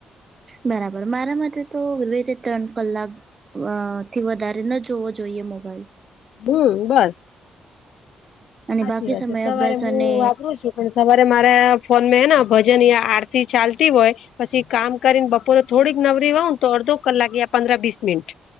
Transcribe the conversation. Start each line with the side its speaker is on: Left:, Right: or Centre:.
Right: બરાબર મારા માટે તો બબ્બે થી ત્રણ કલાક અ થી વધારે ન જોવો જોઈએ મોબાઈલ.
Left: હમ બસ.
Right: અને
Left: સાચી
Right: બાકી
Left: વાત
Right: સમય
Left: છે સવારે
Right: અભ્યાસ
Left: હું
Right: અને
Left: વાપરું છું પણ સવારે મારા ફોન હેને ભજન યા આરતી ચાલતી હોય. પછી કામ કરીને બપોરે થોડીક નવરી હોવ ને તો અડધો કલાક યા પંદ્ર વીસ મિનિટ.